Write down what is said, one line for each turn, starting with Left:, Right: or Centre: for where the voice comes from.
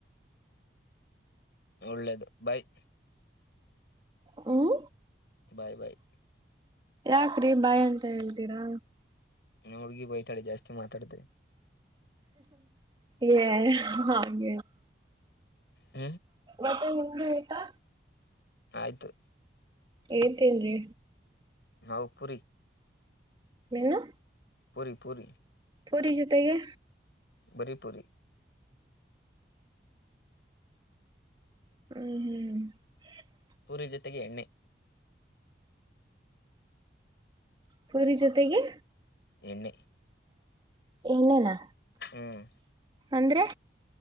Left: ಒಳ್ಳೇದು ಬಾಯ್
Right: ಹ್ಮ
Left: ಬಾಯ್ ಬಾಯ್
Right: ಯಾಕ್ರಿ ಬಾಯಿ ಅಂತ ಹೇಳ್ತೀರಾ
Left: ನ ಹುಡ್ಗಿ ಬಯತಾಳೆ ಜಾಸ್ತಿ ಮಾತಾಡ್ತ
Right: ಯ ಹಾಗ
Left: ಹ
Right: ಮತ್ತ ನಿಂದ ಆಯ್ತಾ
Left: ಆಯ್ತು
Right: ಏನ್ ತಿಂದ್ರಿ
Left: ಸೋವ್ ಪುರಿ
Right: ಮನು
Left: ಪುರಿ ಪುರಿ
Right: ಪೂರಿ ಜೊತೆಗೆ
Left: ಬರಿಪುರಿ
Right: ಹ್ಮ್ ಹ್ಮ್ ಹ್ಮ್
Left: ಸೂರ್ಯ ಜೊತೆಗೆ ಎಣ್ಣೆ
Right: ಪುರಿ ಜೊತೆಗೆ
Left: ಎಣ್ಣೆ
Right: ಏನೇನಾ
Left: ಹ್ಮ್
Right: ಅಂದ್ರೆ